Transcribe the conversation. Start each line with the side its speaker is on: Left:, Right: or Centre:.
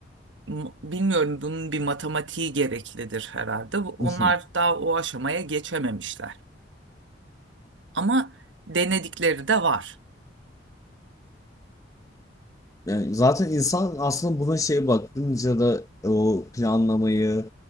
Right: m- bilmiyorum bunun bir matematiği gereklidir herhalde. Bu- Onlar
Left: <laughs>
Right: daha o aşamaya geçememişler. Ama denedikleri de var.
Left: Yani zaten insan aslında buna şey bakınca da o planlamayı